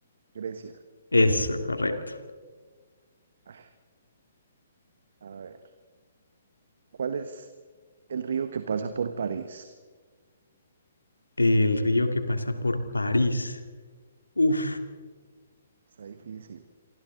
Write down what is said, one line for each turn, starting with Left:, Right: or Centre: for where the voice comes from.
Right: Grecia.
Left: Eso, correcto.
Right: Ah, A ver. ¿Cuál es el río que pasa por París?
Left: El río que pasa por París. Uf,
Right: Está difícil.